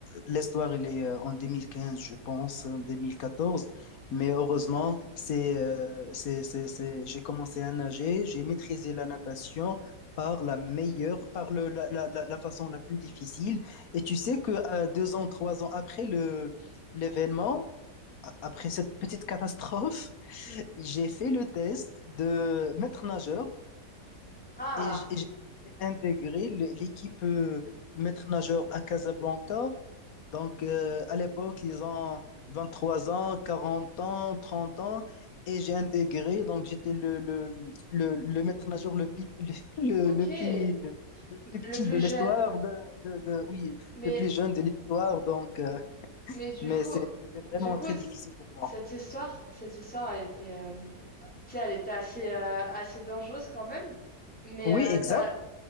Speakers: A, on the left (about 60°); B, in the centre.
A: l'histoire elle est euh, en 2015 je pense en 2014 mais heureusement c'est euh, c'est c'est c'est- j'ai commencé à nager j'ai maîtrisé la natation par la meilleure par le la, la, la la façon la plus difficile et tu sais que euh, deux ans trois ans après le l'événement a- après cette petite catastrophe, <laughs> j'ai fait le test de maître nageur
B: Ah,
A: et j- et j'ai j'ai intégré le- l'équipe euh, maître nageur à Casablanca. Donc, euh, à l'époque, ils ont 23 ans, 40 ans, trente ans et j'ai intégré. Donc, j'étais le, le, le, le maître nageur le plus, le, le-
B: ok.
A: le plus, le plus petit
B: Le plus
A: de
B: jeune.
A: l'histoire, de, de- de- oui,
B: Mais,
A: le plus jeune de l'histoire. Donc, euh,
B: mais du
A: mais
B: coup,
A: c'est- c'était vraiment
B: du coup,
A: très
B: c-
A: difficile pour moi.
B: cette histoire, cette histoire, elle était, euh, tu sais, elle était assez, euh, assez dangereuse quand même. Mais
A: Oui,
B: euh,
A: exact.
B: t'as